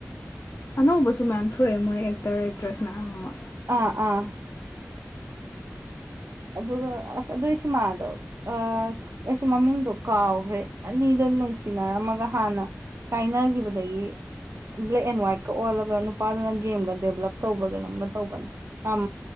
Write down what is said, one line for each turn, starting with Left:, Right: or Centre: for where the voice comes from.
Left: ꯑꯅꯧꯕꯁꯨ ꯃꯌꯥꯝ ꯊꯣꯛꯑꯦ ꯃꯣꯏ ꯑꯦꯛꯇꯔ ꯑꯦꯛꯇ꯭ꯔꯦꯁ ꯃꯌꯥꯝ ꯑꯃ
Right: ꯑꯥ ꯑꯥ ꯑꯗꯨꯒ ꯑꯁ ꯑꯗꯨꯏ ꯁꯤꯃꯗꯣ ꯑꯥ ꯑꯩꯁꯨ ꯃꯃꯤꯡꯗꯣ ꯀꯥꯎꯒ꯭ꯔꯦ ꯑꯅꯤꯗꯣ ꯅꯨꯡꯁꯤꯅꯔꯝꯃꯒ ꯍꯥꯟꯅ ꯀꯥꯏꯅꯒꯤꯕꯗꯒꯤ ꯕ꯭ꯂꯦꯛ ꯑꯦꯟ ꯋꯥ꯭ꯏꯠꯀ ꯑꯣꯜꯂꯒ ꯅꯨꯄꯥꯗꯨꯅ ꯒꯦꯝꯒ ꯗꯦꯕꯂꯞ ꯇꯧꯕ꯭ꯔ ꯀꯩꯅꯣꯝꯒ ꯇꯧꯕꯅꯦ ꯌꯥꯝ